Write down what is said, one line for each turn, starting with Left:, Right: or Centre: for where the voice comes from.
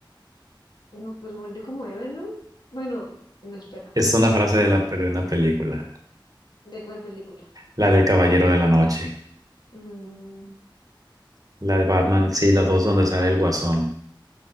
Left: No, pues murió como héroe, ¿no? Bueno, no espera.
Right: Es una frase de, la, de una película.
Left: ¿De cuál película?
Right: La del Caballero de la Noche.
Left: Mm,
Right: La de Batman, sí, las dos donde sale el Guasón.